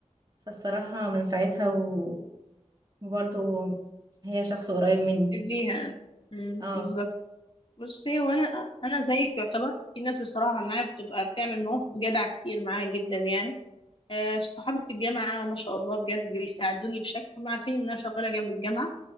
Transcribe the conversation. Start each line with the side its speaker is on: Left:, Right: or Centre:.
Right: فالصراحة من ساعتها و- وبرضو هي شخص قريب مني
Left: بيها
Right: اه
Left: بالظبط بصي وأنا أنا أنا زيك يعتبر في ناس بصراحة معايا بتبقى بتعمل مواقف جدع كتير معايا جدا يعني آه، صحابي في الجامعة ما شاء الله بجد بيساعدوني بشكل هم عارفين إن أنا شغالة جنب الجامعة